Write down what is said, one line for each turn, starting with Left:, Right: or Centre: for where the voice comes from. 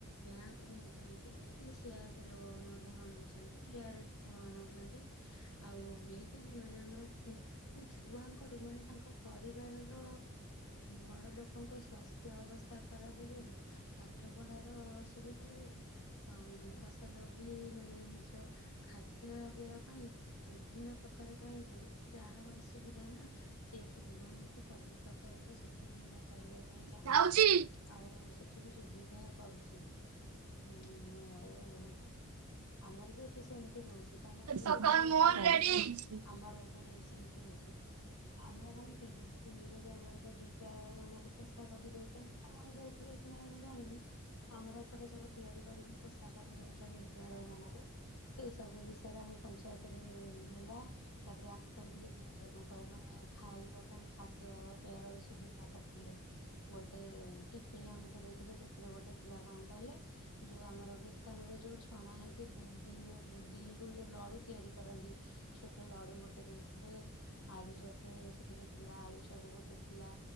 Left: ବ୍ୟାଙ୍କରୁୁ ନଉଛନ୍ତି ଏବେ ସି ଲୋନ୍ ଋଣ ନଉଛନ୍ତି ବିଆରଏଫ ଋଣ ନଉଛନ୍ତି, ଆଉ ନେଇକି ବି ମାନେ ଆମର ମାନେ ଛୁଆଙ୍କଠୁ ମାନେ ତାଙ୍କ ପରିବାରର ବଡ ଲୋକଙ୍କ ସ୍ୱାସ୍ଥ୍ୟ ଅବସ୍ଥା ଖରାପ ଯୋଗୁ ପାଠ ପଢାର ଅସୁବିଧା ଯୋଗୁ ଆ ଫସଲ ବି ମାନେ ନିଜ ଖାଦ୍ୟପେୟ ପାଇଁ ବିଭିନ୍ନ ପ୍ରକାର ପାଇଁ ଯାହାର ଅସୁବିଧା ନା ସେଠୁ ଋଣ ନେଇକି ସବୁ ପ୍ରକାର ପ୍ରକାରର ସୁବିଧା କରିବା ପାଇଁ ଚାହୁଁଛି,
Right: ଯାଉଛି
Left: ଆଉ ସେଠି ବି ସୁବିଧା କରୁଛି। ହୁଁ ହଉ। ହ <unintelligible> ଆମର ବି ଏଠି ସେମିତି ହଉଛି ତମର ଯଦି
Right: ସକାଳ
Left: କଣ ହଉଛି
Right: ମୋର
Left: ମୁଁ
Right: ରେଡି
Left: ଜାଣିନି, ଆମର ଏପଟେ ବି ସେମତି <unintelligible> ଆମର କଣ ଗୋଷ୍ଠୀ ବିଭାଗ ଯଉ ଠିକ୍ ଅଛି ବିଦ୍ୟାଳୟ ମାନଙ୍କରେ ପୋଷାକ ବିି ଦଉଛନ୍ତି ତମର ଦଉଥିବ କି ମୁଁ ଜାଣିନି ଆମର ଏପଟେ ସବୁ ତିଆରି କରିକି ପୋଷାକ ବି ଦଉଛନ୍ତି। ଦଉଛନ୍ତି ବିଦ୍ୟାଳୟ ମାନଙ୍କୁ ସେ ସବୁ ବିଷୟରେ ଆମ ପଞ୍ଚାୟତରେ ହେଲା ତାପରେ ଆମ ପାଇଁ ଟିକେ ଭୋଜନ ମାନେ ଖାଇବା ପାଇଁ ଖାଦ୍ୟପେୟର ସୁବିଧା କରିଥିଲେ ଗୋଟେ ଟିପନ୍ ଆମକୁ ଦେଇଥିଲେ ସେଥିରେ ଗୋଟେ ଥିଲା କଣ କହିଲେ ଯୋଉ ଆମର ବେସନ ରେ ଯୋଉ ଯୋଉ ଛଣା ହେଇକି ବୁନ୍ଦି ହୁଏ ବୁନ୍ଦିରୁୁ ଯୋଉ ଲଡୁ ତିଆରି କରନ୍ତି ଛୋଟ ଲଡୁ ଗୋଟେ ଦେଇଥିଲେ ଆଳୁଚପ ଟେ ସେଥିରେ ଥିଲା ଆଳୁଚପ ଗୋଟେ ଥିଲା